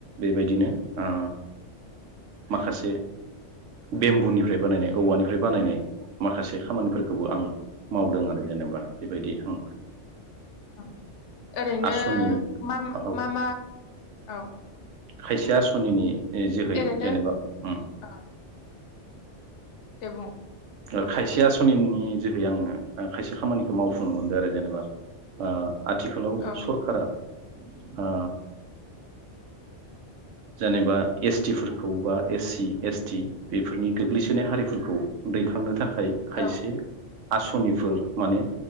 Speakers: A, on the right; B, on the left.
A: बेबायदिनो ओ माखासे बेम्बुनिफ्राय बानायनाय औवानिफ्राय बानायनाय माखासे खामानिफोरखौबो आं मावदों आरो जेनेबा। बेबायदि हों
B: औ ओरैनो
A: आसनिनि
B: माम
A: औ
B: मा मा औ
A: खायसे आसनिनि। जोहै
B: ओरैनो
A: जेनेबा उम।
B: औ दे बुं?
A: ओ खायसे आसनिनि जोहै आङो ओ खायसे खामानि खौ मावफुंनो मोनदों आरो जेनेबा ओ आथिखालाव
B: औ
A: सरकारा ओ जेनेबा एस टि फोरखौ बा एस सि एस टि बेफोरनि गोग्लैसोनाय हारिफोरखौ दैखांनो था खाय खायसे
B: औ औ
A: आसनिफोर माने